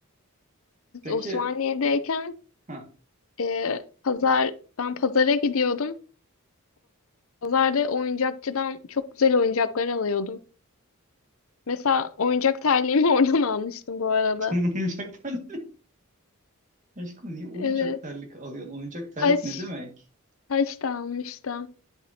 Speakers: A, on the right; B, on the left.
A: Peki
B: Osmaniye'deyken
A: ha
B: e, pazar ben pazara gidiyordum. Pazarda oyuncakçıdan çok güzel oyuncaklar alıyordum. Mesela oyuncak terliğimi <laughs> oradan almıştım bu arada.
A: <laughs> Senin oyuncak terlik. Aşkım niye oyuncak
B: Evet.
A: terlik alıyorsun? Oyuncak terlik
B: Taş,
A: ne demek?
B: taş da almıştım.